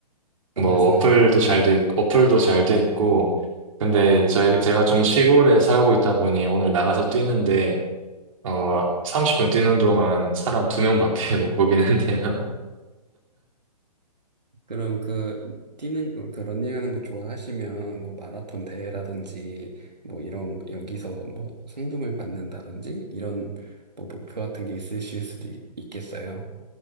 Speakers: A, on the right; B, on the right.
A: 뭐,
B: 말씀하세요.
A: 어플도 잘 돼, 있- 어플도 잘 돼 있고, 근데 저, 제가 좀 시골에 살고 있다 보니 오늘 나가서 뛰는데, 어, 30분 뛰는 동안 사람 두 명밖에 <laughs> 못 보긴 했네요.
B: <laughs> 그럼 그, 뛰는, 그 런닝하는 거 좋아하시면, 뭐 마라톤 대회라든지, 뭐 이런, 여기서 뭐 상금을 받는다든지, 이런 뭐 목표 같은 게 있으실 수도 있, 있겠어요.